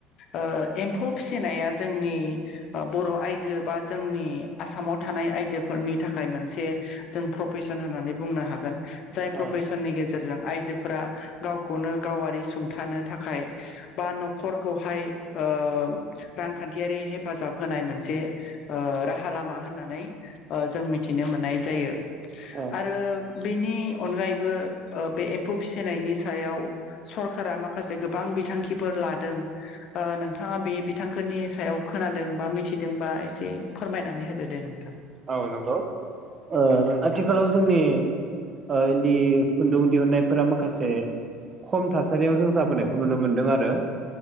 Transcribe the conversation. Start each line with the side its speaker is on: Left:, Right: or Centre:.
Left: ओ एम्फौ फिसिनाया जोंनि ओ बर' आइजो- जो बा जोंनि आसामाव थानाय आइजोफोरनि थाखाय मोनसे जों प्र फेसन होनानै बुनो हागोन। जाय
Right: औ
Left: प्रफेसन‌नि गेजेरजों आइजो- फोरा गावखौनो गावारि सुंथानो थाखाय बा नखरखौहाय ओ ओ रांखान्थियारि हेफाजाब होनाय मोनसे ओ राहा लामा होननानै ओ जों मिथिनो मोननाय जायो।
Right: औ
Left: आरो बेनि अनगायैबो ओ बे एम्फौ फिसिनायनि सायाव सरकारा माखासे गोबां बिथांखिफोर लादों। ओ नोंथाङा बे बिथांखोनि सायाव खोनादों बा मिथिदोंबा एसे फोरमायनानै होदो दे? नोंथां।
Right: औ नोंगौ ओ आथिखालाव जोंनि ओ इन्दि खुन्दुं दिहुननायफोरा माखासे खम थासारियाव जों जाबोनायखौ नुनो मोनदों आरो